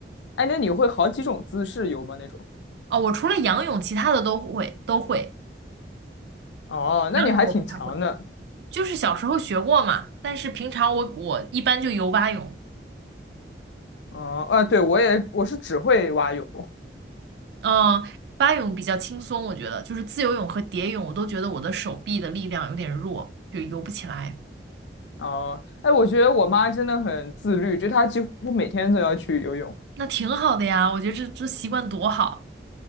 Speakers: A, on the left; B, on the right.
A: 哎，那你会好几种姿势游吗？那种？
B: 哦，我除了仰泳，其他的都会都会，
A: 哦，
B: 仰泳我不太会，
A: 那你还挺强的。
B: 就是小时候学过嘛，但是平常我我一般就游蛙泳。
A: 哦，啊，对，我也我是只会蛙泳。
B: 嗯，蛙泳比较轻松，我觉得就是自由泳和蝶泳，我都觉得我的手臂的力量有点弱，就游不起来。
A: 哦，哎，我觉得我妈真的很自律，就她几乎每天都要去游泳。
B: 那挺好的呀，我觉得这这习惯多好。